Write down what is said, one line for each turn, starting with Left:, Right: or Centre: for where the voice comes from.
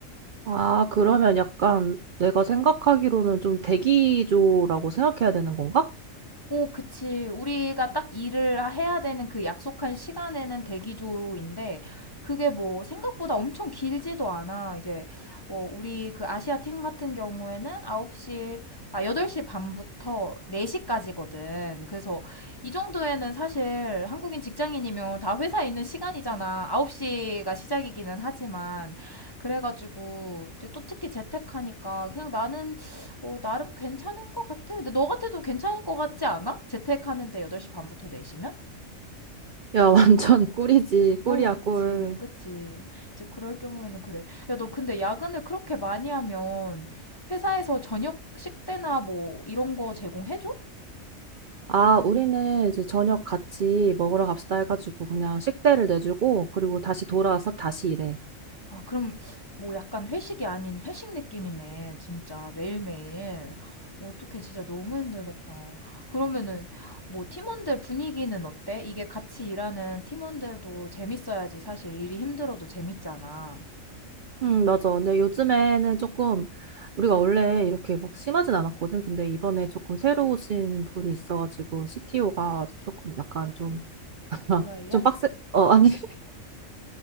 Right: 아, 그러면 약간 내가 생각하기로는 좀 대기조라고 생각해야 되는 건가?
Left: 오, 그치. 우리가 딱 일을 해야 되는 그 약속한 시간에는 대기조인데, 그게 뭐 생각보다 엄청 길지도 않아. 이제, 어, 우리 그 아시아 팀 같은 경우에는 9시, 아, 8시 반부터 4시까지거든. 그래서 이 정도에는 사실 한국인 직장인이면 다 회사에 있는 시간이잖아. 9시가 시작이기는 하지만. 그래가지고, 이제 또 특히 재택하니까 그냥 나는 어, 나름 괜찮은 것 같아. 근데 너 같아도 괜찮을 것 같지 않아? 재택하는데 8시 반부터 4시면?
Right: 야, <laughs> 완전 꿀이지.
Left: 어,
Right: 꿀이야,
Left: 그치,
Right: 꿀.
Left: 그치. 이제 그럴 경우에는 그래. 야, 너 근데 야근을 그렇게 많이 하면 회사에서 저녁 식대나 뭐 이런 거 제공해줘?
Right: 아, 우리는 이제 저녁 같이 먹으러 갑시다 해가지고 그냥 식대를 내주고 그리고 다시 돌아와서 다시 일해.
Left: 아, 그럼 뭐 약간 회식이 아닌 회식 느낌이네. 진짜 매일매일. 어떻게 진짜 너무 힘들겠다. 그러면은 뭐 팀원들 분위기는 어때? 이게 같이 일하는 팀원들도 재밌어야지 사실 일이 힘들어도 재밌잖아.
Right: 음, 맞아. 근데 요즘에는 조금 우리가 원래 이렇게 막 심하진 않았거든. 근데 이번에 조금 새로 오신 분이 있어가지고 CTO가 조금 약간 좀, <laughs>
Left: 도라이야?
Right: 좀 빡세, 어, 아니, <laughs>